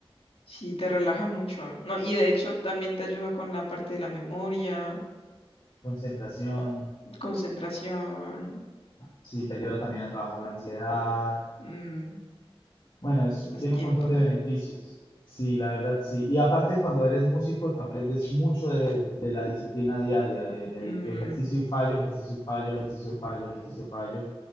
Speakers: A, on the left; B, on the left.
A: sí, te relaja mucho, ¿no? Y de hecho también te ayuda con la parte de la memoria,
B: Concentración,
A: concentración,
B: sí, te ayuda también a trabajar la ansiedad
A: mm,
B: Bueno, es-
A: los
B: tiene
A: tiempos.
B: un montón de beneficios. Sí, la verdad sí. Y aparte cuando eres músico aprendes mucho de, de la disciplina diaria, de- del
A: mm,
B: ejercicio y fallo, ejercicio y fallo, ejercicio y fallo, ejercicio y fallo,